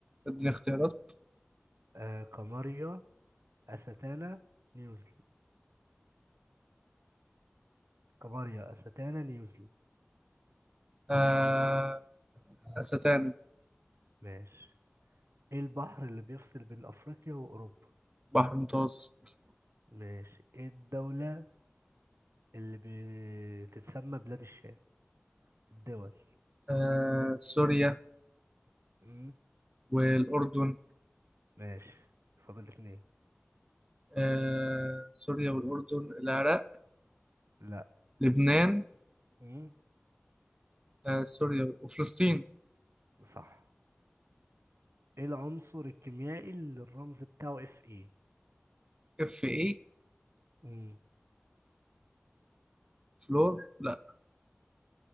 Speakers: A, on the right (about 20°); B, on the right (about 80°).
A: اديني اختيارات
B: آه، قمرية أستانا نيوزيلاند قمرية أستانا نيوزيلاند
A: آه أستانا
B: ماشي ايه البحر اللي بيفصل بين افريقيا واوروبا
A: بحر المتوسط
B: ماشي ايه الدولة اللي بتتسمى بلاد الشام الدول
A: آه سوريا
B: امم
A: والأردن
B: ماشي فاضل اتنين
A: آه سوريا والأردن العراق
B: لا
A: لبنان
B: امم
A: آه سوريا وفلسطين
B: صح ايه العنصر الكيميائي اللي الرمز بتاعه اف اي
A: اف ايه
B: امم
A: فلور لا